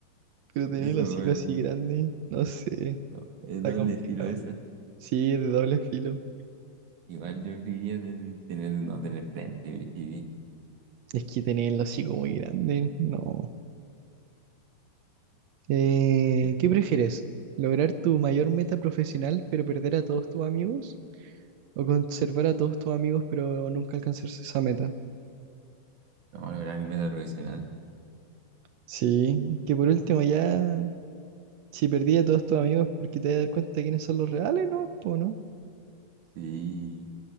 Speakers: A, on the right; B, on the right.
A: pero
B: Por
A: tener
B: eso
A: el hocico
B: igual,
A: así grande, no sé,
B: No, es
A: está
B: doble
A: complicado.
B: filo esa.
A: Sí, es de doble filo.
B: igual yo preferiría tener, tener- no tener frente, preferiría.
A: Es que tener el hocico muy grande, no. Eh,
B: Ya.
A: ¿qué prefieres? ¿Lograr tu mayor meta profesional pero perder a todos tus amigos? ¿O conservar a todos tus amigos pero nunca alcanzar esa meta?
B: No, lograr mi meta profesional.
A: Sí, que por último ya, si perdí a todos tus amigos porque te vas a dar cuenta de quiénes son los reales, ¿no? Po, ¿no?
B: Sí.